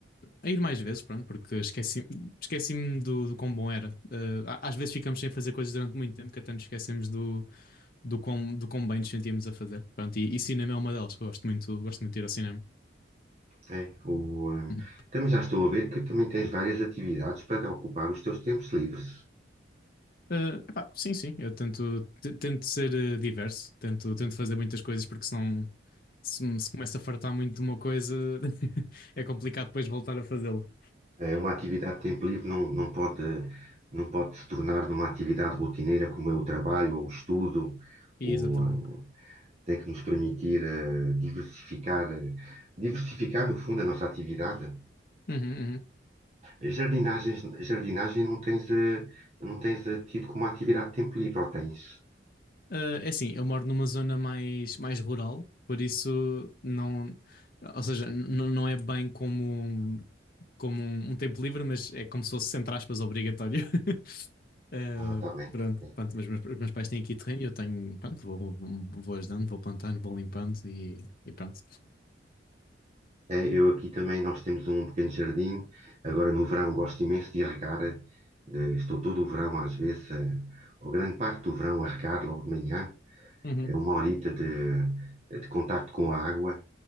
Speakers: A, on the left; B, on the right.
A: a ir mais vezes, pronto, porque esqueci, esqueci-me do, do quão bom era. Uh, a- às vezes ficamos sem fazer coisas durante muito tempo que até nos esquecemos do, do quão, do quão bem nos sentíamos a fazer. Pronto, e, e cinema é uma delas, eu gosto muito, gosto muito de ir ao cinema.
B: É, o, eh,
A: Uhum.
B: também já estou a ver que também tens várias atividades para ocupar os teus tempos livres.
A: Eh, epá, sim, sim, eu tento, te- tento ser eh, diverso, tento, tento fazer muitas coisas porque senão se, me- se começa a fartar muito de uma coisa <laughs> é complicado depois voltar a fazê-lo.
B: É, uma atividade de tempo livre não, não pode, não pode se tornar numa atividade rotineira como é o trabalho ou o estudo,
A: E,
B: ou,
A: Exatamente.
B: eh, tem que nos permitir eh, diversificar, eh, diversificar no fundo a nossa atividade.
A: Uhum, uhum.
B: Jardinagens, jardinagem não tens, eh, não tens eh, tido como atividade de tempo livre, ou tens?
A: Eh, é assim, eu moro numa zona mais, mais rural, por isso não, ou seja, n- não é bem como, como um tempo livre, mas é como se fosse, entre aspas, obrigatório. <laughs> Eh,
B: Ah, está bem.
A: pronto,
B: ok.
A: pronto, mas meus, meus pais têm aqui terreno e eu tenho, pronto, vou, vou ajudando, vou plantando, vou limpando e, e pronto.
B: É, Eu aqui também, nós temos um pequeno jardim. Agora no verão gosto imenso de regar. Eh, Estou todo o verão, às vezes, eh, ou grande parte do verão, a regar logo de manhã.
A: Uhum,
B: É uma horita de, de contacto com a água